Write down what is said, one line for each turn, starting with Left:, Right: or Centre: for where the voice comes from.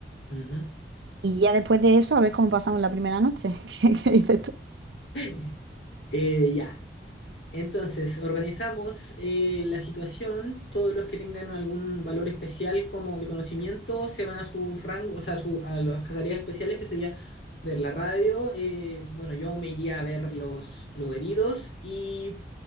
Left: ujú.
Right: Y ya después de eso, a ver cómo pasamos la primera noche. <laughs> ¿Qué, qué dices tú?
Left: <laughs> Eh, ya. Entonces, organizamos eh, la situación, todos los que tengan algún valor especial como de conocimiento se van a sus rangos, o sea, a su- a las tareas especiales que sería ver la radio, eh, bueno, yo me iría a ver los, los heridos y